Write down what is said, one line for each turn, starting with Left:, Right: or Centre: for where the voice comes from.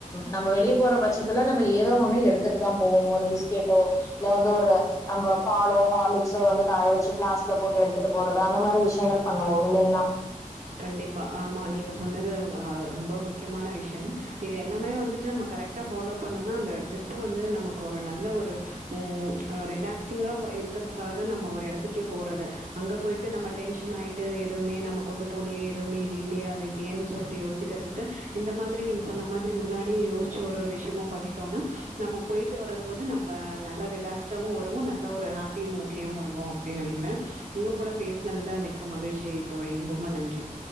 Left: நம்ம வெளியே போற பட்சத்துல நம்ம ஏதோ ஒண்ணும் எடுத்துட்டு தான் போவோ ஒரு பிஸ் கெட்டோ இல்ல வந்து ஒரு நம்ம பாலோ ஹார்லிக்ஸோ வந்து காய வச்சு ஃபிளாஸ்க்ல போட்டு எடுத்துட்டு போறது அந்த மாரி விஷயங்கள் பண்ணுவோம் இல்லைங்ளா
Right: கண்டிப்பா ஆமா நீங்க சொன்னது ரொம்ப முக்கியமான விஷயம் இது எல்லாமே வந்துட்டு நம்ம கரெக்ட்டா ஃபாலோ பண்ணோனா அந்த ட்ரிப் மேக்ஸிமம் வந்து நமக்கு ஒரு நல்ல ஒரு உம் ரிலாக்சிங்கா இருக்கிறதுக்காக தா நம்ம ஒரு எடத்து க்கே போறது அங்க போயிட்டு நம்ம டென்ஷன் ஆயிட்டு எதுவுமே நம்ம கொண்டு போலியே எதுவுமே இது இல்லையா அது இல்லையேன்னு சொல்லிட்டு யோசிக்கிறதுக்கு இந்த மாதிரி நீங்க சொன்ன மாதிரி முன்னாடியே யோசி ச்சு ஒரு ஒரு விஷயமும் பண்ணிட்டோம்னா நம்ம போயிட்டு வரும் போது நம்ம நல்ல ரிலாக்ஸ்டாவும் நல்ல ஒரு ஹா ப்பி மூட்லயும் வருவோம் அப்படின்னு நெனைக்கிறேன் உங்க கூட பேஸ்னதுல மிக்க மகிழ்ச்சி தோழி ரொம்ப நன்றி